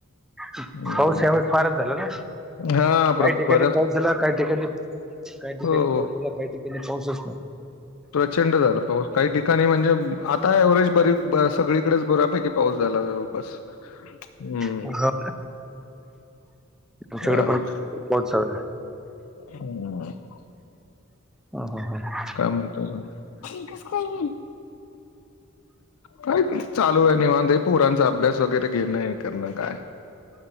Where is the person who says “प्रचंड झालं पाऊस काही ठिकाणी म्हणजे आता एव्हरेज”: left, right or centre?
Left